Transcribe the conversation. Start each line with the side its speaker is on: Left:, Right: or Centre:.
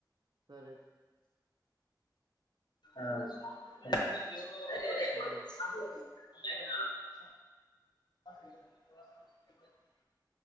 Right: ಸರಿ.. <inaudible>
Left: ಹಾ, ಹ. <unintelligible>
Right: ಹಾ
Left: <unintelligible> <inaudible>